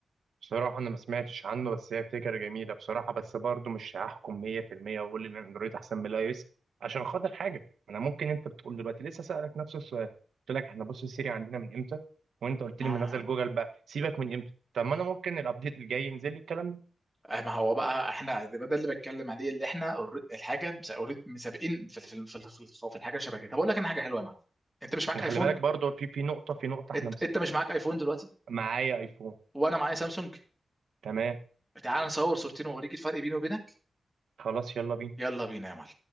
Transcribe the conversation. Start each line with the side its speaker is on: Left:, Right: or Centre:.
Right: بصراحة أنا ما سمعتش عنه بس هي فكرة جميلة بصراحة بس برضه مش هحكم 100% وأقول إن أندرويد أحسن من الأي إس عشان خاطر حاجة أنا ممكن أنت بتقول دلوقتي لسه سألك نفس السؤال قلت لك إحنا بص السيري عندنا من إمتى وأنت قلت
Centre: ما
Right: لي منزل جوجل بقى سيبك من إمتى طب ما أنا ممكن الأبديت الجاي ينزل لي الكلام ده
Centre: ما هو بقى احنا ده ده اللي بتكلم عليه اللي احنا الر- الحاجه مس- اوريد- مسابقين في في في في في الحاجه شبه كده طب اقول لك انا حاجه حلوه يا معلم انت مش معاك
Right: إحنا
Centre: ايفون
Right: خلي بالك برضه في في نقطة في نقطة إحنا
Centre: انت,
Right: مس-
Centre: انت مش معاك ايفون دلوقتي
Right: معايا أيفون
Centre: وانا معايا سامسونج
Right: تمام
Centre: تعال نصور صورتين واوريك الفرق بيني وبينك
Right: خلاص يلا بينا
Centre: يلا بينا يا معلم